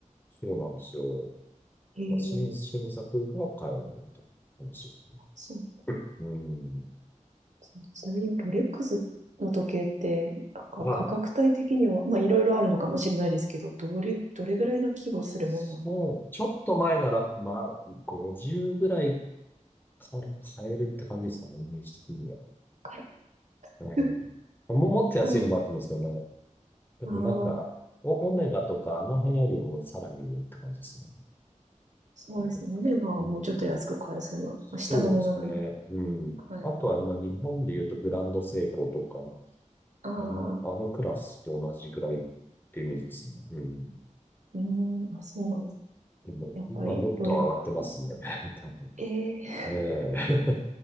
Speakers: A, on the left (about 15°); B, on the right (about 65°).
A: そうなんですよ。
B: えー、
A: まあ、新、新作が買えないみたいな話ですね。
B: そう
A: うん。
B: そうちなみにロレックスの時計って、なんか価格帯的には、
A: はい。
B: まあいろいろあるのかもしれないですけど、どれ、どれぐらいの規模をするものなの
A: そう、ちょっと前なら、まあ、50ぐらいから買えるって感じですかね、イメージ的には。
B: か
A: うん。
B: な。<laughs>
A: も、もっと安いのもあると思うんですけどね。
B: うん
A: でもなんか、
B: ああ、
A: オ、オメガとかあの辺よりもさらに上って感じですね。
B: そうですね。
A: ロレックスはうん。
B: オメガはもうちょっと安く買えそうな。下のものなら。
A: そうですね。うん。
B: はい。
A: あとは、まあ、日本で言うとグランドセイコーとか、あ
B: ああ、
A: の、あのクラスと同じぐらいってイメージですね。うん。
B: うーん、あ、そうなんです。
A: でも、
B: やっぱりロレック
A: 今もっと上がってますね。<laughs> 多分。
B: ス。え
A: ええ。
B: え